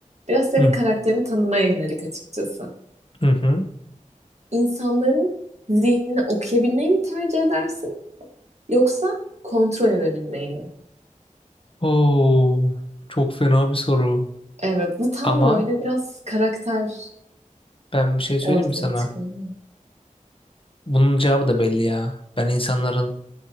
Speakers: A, on the right (about 55°); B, on the left (about 40°).
A: Biraz senin
B: Hı.
A: karakterini tanımaya yönelik açıkçası.
B: Hı hı.
A: İnsanların zihnini okuyabilmeyi mi tercih edersin? Yoksa kontrol edebilmeyi mi?
B: Oo, çok fena bir soru.
A: Evet, bu tam
B: Ama
A: böyle biraz karakter
B: ben bir şey söyleyeyim
A: ortaya
B: mi sana?
A: çıkıyor.
B: Bunun cevabı da belli ya. Ben insanların